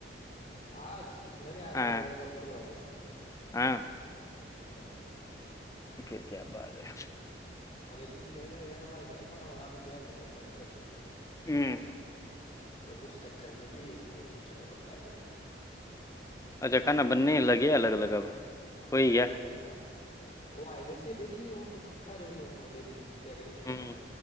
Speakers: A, on the left; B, on the left.
A: آج میں نے یاار
B: ہاں
A: نریندر کا کمپلیٹ کرا دیا <unintelligible>
B: ہاں
A: ہاں ہ <unintelligible>
B: پھر کیا بات ہے
A: اب ایکچولی <unintelligible> ایک ج ہمار <unintelligible> کانا ہونا بھی کیا ہے الگ الگ بننے لگ گیا <unintelligible>
B: ہوں
A: تو اس چکر <unintelligible> گھر میں بھی ایک وہ چکر پ <unintelligible> ت پ <unintelligible>
B: ا جا کانا بننے لگ <unintelligible> یہ الگ الگ آب <unintelligible>
A: ہ
B: کوئی
A: لگ بن
B: گیا
A: نہیں لگ گیاؤ وہ آئے جیسے ڈیلی وہ کھ رہے ان لوگوں کو ڈیلی کیا کریں گے بچارے
B: ہوں